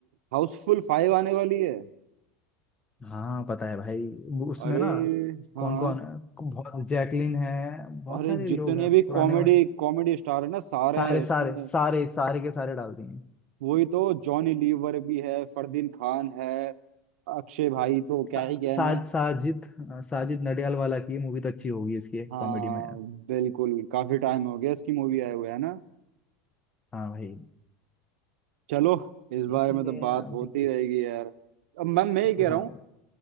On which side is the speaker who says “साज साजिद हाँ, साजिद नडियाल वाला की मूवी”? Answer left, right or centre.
Left